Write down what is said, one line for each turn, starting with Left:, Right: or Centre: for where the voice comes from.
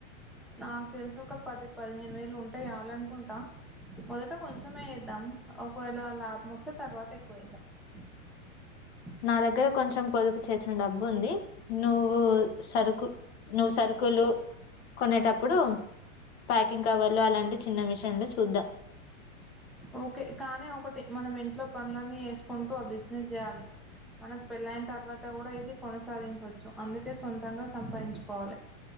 Centre: నాకు తెలుసి ఒక పది పదిహేను వేలు ఉంటే చాలనుకుంటా మొదట కొంచెమే చేద్దాం ఒకవేళ లాభం వస్తే తర్వాత ఎక్కువ చేద్దాం బ్లాంక్
Left: నా దగ్గర కొంచెం పొదుపు చేసిన డబ్బుంది. నువ్వు సరుకు నువ్వు సరు కులు కొనేటప్పుడు ప్యాకింగ్ కవర్లు అలాంటి చిన్న మిషన్లు చూద్దాం.
Centre: ఓకే కానీ ఒకటి మనం ఇంట్లో పనులన్నీ చేసుకుంటూ ఆ బిజినెస్ చేయాలి. మనక్ పెళ్ళయిన తర్వాత కూడా ఇది కొనసాగించొచ్చు అందుకే సొంతంగా సంపాయించుకోవాలె